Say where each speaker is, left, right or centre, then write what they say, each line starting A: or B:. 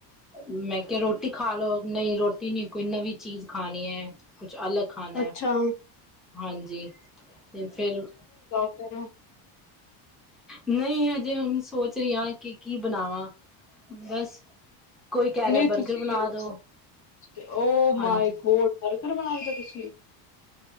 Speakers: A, in the centre; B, on the left.
A: ਮੈਂ ਕਿਹਾ ਰੋਟੀ ਖਾ ਲੋ, ਨਹੀਂ ਰੋਟੀ ਨੀ ਕੋਈ ਨਵੀਂ ਚੀਜ਼ ਖਾਣੀ ਆ, ਹੈ ਕੁਛ ਅਲਗ ਖਾਣਾ
B: ਅੱਛਾ,
A: ਆ, ਹਾਂਜੀ ਤੇ ਫਿਰ
B: ਬਰ
A: ਨਹੀਂ ਹਜੇ ਹੁਣ ਸੋਚ ਰਹੀ ਹ ਕਿ ਕੀ ਬਣਾਵਾਂ ਬਸ ਕੋਈ ਕਹਿ
B: ਨਹੀਂ
A: ਰਿਹਾ ਬਰਗਰ
B: ਤੁਸੀਂ
A: ਬਣਾ ਦੋ
B: ਉਹ
A: ਹਾਂਜੀ
B: ਮਾਇ ਗੋਡ ਘਰ ਬਣਾਓਗੇ ਤੁਸੀਂ